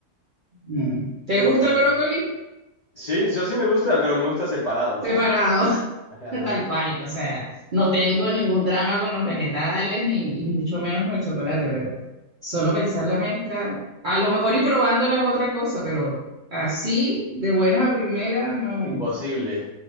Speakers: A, on the right (about 55°); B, on the left (about 55°).
A: No. ¿Te
B: yo
A: gusta
B: no podría.
A: el brócoli?
B: Sí, o sea, sí me gustan, pero me gusta separado,
A: Separado.
B: no. Ajá, no.
A: Tal cual, o sea, no tengo ningún drama con los vegetales ni y mucho menos con el chocolate, pero solo pensar la mezcla, a lo mejor y probándola es otra cosa, pero así, de buenas a primeras, no,
B: Imposible.